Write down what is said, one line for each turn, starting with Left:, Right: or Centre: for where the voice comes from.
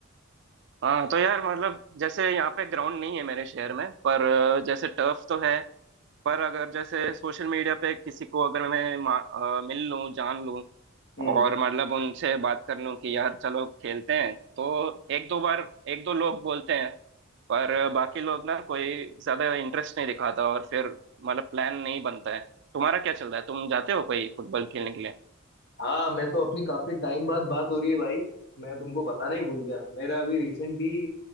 Right: हाँ तो यार मतलब जैसे यहाँ पे ग्राउंड नहीं है मेरे शहर में पर अ, जैसे टर्फ तो है पर अगर जैसे सोशल मीडिया पे किसी को अगर मैं मा- अ, मिल लूँ जान लूँ
Left: हम्म
Right: और मतलब उनसे बात कर लूँ कि यार चलो खेलते हैं तो एक दो बार एक दो लोग बोलते हैं पर बाकी लोग ना कोई ज्यादा इंटरेस्ट नहीं दिखाता और फिर मतलब प्लान नहीं बनता है तुम्हारा क्या चल रहा है तुम जाते हो कोई फुटबॉल खेलने के लिए
Left: हाँ मैं तो अपनी काफी टाइम बाद बात हो रही है भाई मैं तुमको बताना ही भूल गया मेरा अभी रिसेंटली